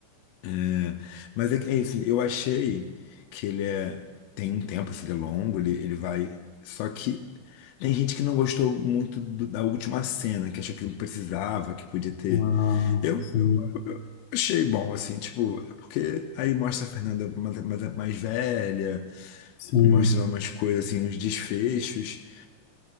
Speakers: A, on the left; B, on the left.
A: né? Mas é, que- é isso, eu achei que ele é. Tem um tempo, assim, ele é longo, ele, ele vai. Só que tem gente que não gostou muito do- da última cena, que achou que não precisava, que podia ter.
B: Ah,
A: Eu
B: sim.
A: achei bom, assim, tipo, é porque aí mostra a Fernanda mais, mais, mais velha,
B: Sim.
A: mostra umas coisas, assim, uns desfechos.